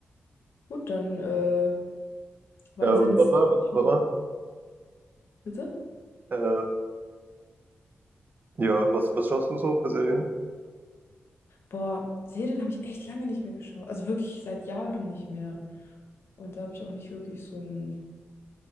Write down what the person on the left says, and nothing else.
Gut, dann äh, war
ein sehr nettes
Gespräch
mit
dir. Bitte?
Boah, Serien habe ich echt lange nicht mehr geschaut. Also wirklich seit Jahren nicht mehr. Und da habe ich auch nicht wirklich so ein.